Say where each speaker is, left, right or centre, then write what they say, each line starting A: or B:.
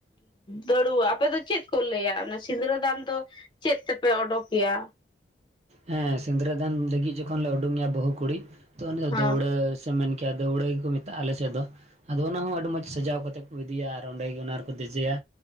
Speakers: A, on the left; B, on the right.
A: ᱫᱟᱹᱲᱣᱟ ᱟᱯᱮ ᱫᱚ ᱪᱮᱫ ᱠᱚ ᱞᱟᱹᱭᱟ ᱚᱱᱟ ᱥᱤᱸᱫᱽᱨᱟᱹ ᱫᱟᱱ ᱫᱚ ᱪᱮᱫ ᱛᱮᱯᱮ ᱚᱰᱚᱠᱮᱭᱟ?
B: ᱦᱮᱸ ᱥᱤᱸᱫᱽᱨᱟᱹ ᱫᱟᱱ ᱞᱟᱹᱜᱤᱫ ᱡᱚᱠᱷᱚᱱ ᱞᱮ ᱩᱰᱩᱝᱮᱭᱟ ᱵᱟᱹᱦᱩ ᱠᱩᱲᱤ ᱛᱚ ᱩᱱᱤ ᱫᱚ
A: ᱦᱮᱸ
B: ᱫᱟᱹᱣᱲᱟᱹ ᱪᱮᱢ ᱢᱮᱱ ᱠᱮᱭᱟ ᱫᱟᱹᱣᱲᱟᱹ ᱜᱮᱠᱚ ᱢᱤᱛᱟᱜᱼᱟ ᱟᱞᱮ ᱥᱮᱫ ᱫᱚ ᱾ ᱟᱫᱚ ᱚᱱᱟ ᱦᱚᱸ ᱟᱹᱰᱤ ᱢᱚᱸᱡᱽ ᱥᱟᱡᱟᱣ ᱠᱟᱛᱮᱫ ᱠᱚ ᱤᱫᱤᱭᱟ ᱟᱨ ᱚᱸᱰᱮ ᱜᱮ ᱚᱱᱟ ᱨᱮᱠᱚ ᱫᱮᱡᱮᱭᱟ